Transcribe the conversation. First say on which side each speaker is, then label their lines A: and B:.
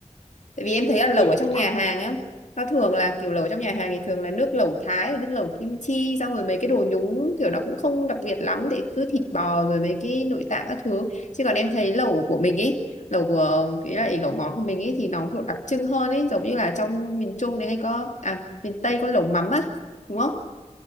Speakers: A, on the left; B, on the left.
A: Tại vì em thấy là lẩu
B: chị
A: ở trong
B: thích
A: nhà
B: ăn
A: hàng á, nó thường là kiểu lẩu trong nhà hàng thì thường là nước lẩu Thái, rồi nước lẩu kim chi, xong rồi mấy cái đồ nhúng kiểu nó cũng không đặc biệt lắm để cứ thịt bò rồi mấy cái nội tạng các thứ. Chứ còn em thấy lẩu của mình ấy, lẩu của cái lại lẩu món của mình ấy thì nó kiểu đặc trưng hơn ấy, giống như là trong miền Trung này hay có à miền Tây có lẩu mắm á, đúng không?